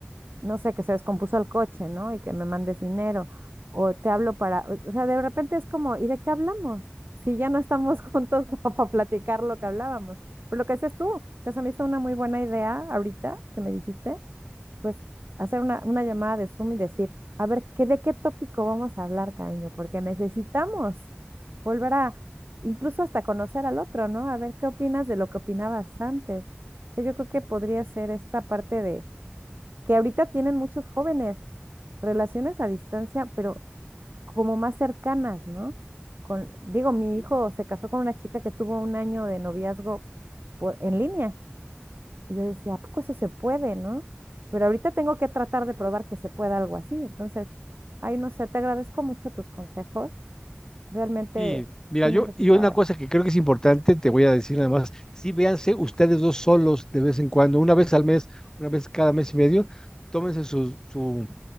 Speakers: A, on the right; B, on the left.
A: no sé, que se descompuso el coche, ¿no? Y que me mandes dinero. O te hablo para, o sea, de repente es como, ¿y de qué hablamos? Si ya no estamos <laughs> juntos como para platicar lo que hablábamos. Pero lo que haces tú, o sea, se me hizo una muy buena idea ahorita que me dijiste pues hacer una, una llamada de Zoom y decir, a ver, ¿qué, de qué tópico vamos a hablar, cariño? Porque necesitamos volver a, incluso hasta conocer al otro, ¿no? A ver, ¿qué opinas de lo que opinabas antes? O sea, yo creo que podría ser esta parte de, que ahorita tienen muchos jóvenes, relaciones a distancia, pero como más cercanas, ¿no? Con, digo, mi
B: Sí.
A: hijo se casó con una chica que tuvo un año de noviazgo por, en línea y yo decía, ¿a poco eso se puede, no? Pero ahorita tengo que tratar de probar que se pueda algo así. Entonces, ay, no sé, te agradezco mucho tus consejos. Realmente
B: Y mira,
A: sí
B: yo,
A: necesitaba
B: y una cosa
A: eso.
B: que creo que es importante, te voy a decir además, sí véanse ustedes dos solos de vez en cuando, una vez al mes, una vez cada mes y medio, tómense su, su